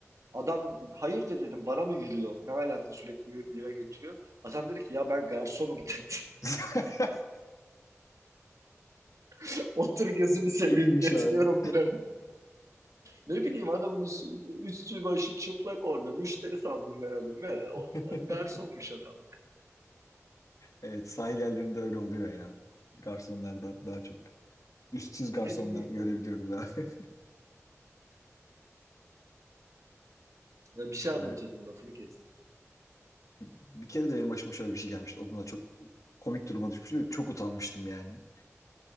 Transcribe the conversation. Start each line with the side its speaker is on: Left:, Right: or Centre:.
Right: Adam hayır de dedim bana mı yürüyor? Ne alaka sürekli bira getiriyor? Adam dedi ki ya ben garsonum dedi.
Left: <laughs>
Right: <laughs> Otur gözünü seveyim
Left: İyiymiş
Right: getiriyorum
Left: abi.
Right: bira Ne bileyim adamın üstü, üstü başı çıplak orada. Müşteri sandım ben adamı. Ya,
Left: <laughs>
Right: O, garsonmuş adam.
Left: Evet sahil yerlerinde öyle oluyor ya. Garsonlarda daha çok. Üstsüz
Right: Ne
Left: garsonlar
Right: bileyim
Left: görebiliyoruz
Right: hani.
Left: ha. <laughs>
Right: Ya bir şey anlatıyordun
Left: Evet.
Right: lafını kestim.
Left: Bir kere de benim başıma şöyle bir şey gelmişti. O da çok komik duruma düşmüştüm. Çok utanmıştım yani.